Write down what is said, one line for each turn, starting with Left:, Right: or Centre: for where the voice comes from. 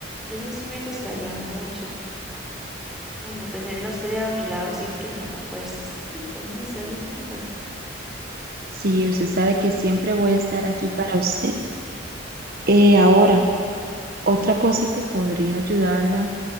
Centre: eso sí me gustaría mucho. Bueno, tenerla a usted a mi lado siempre me da fuerzas. Sí, podemos hacerlo juntas.
Right: Sí, usted sabe que siempre voy a estar aquí para usted. Eh, ahora, otra
Centre: Ujú.
Right: cosa que podría ayudarla